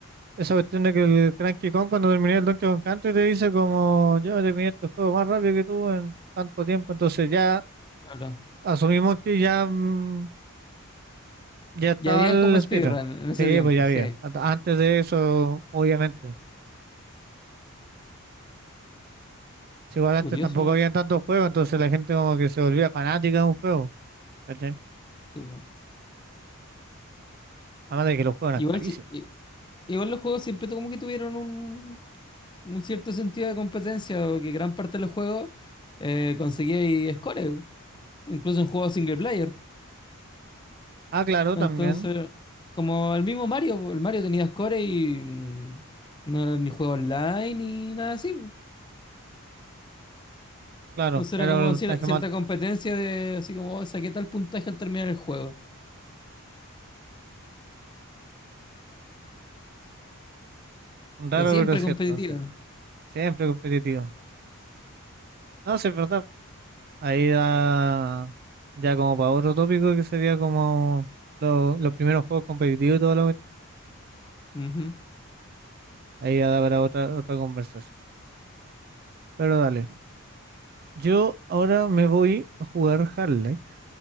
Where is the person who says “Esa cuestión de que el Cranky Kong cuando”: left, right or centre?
Right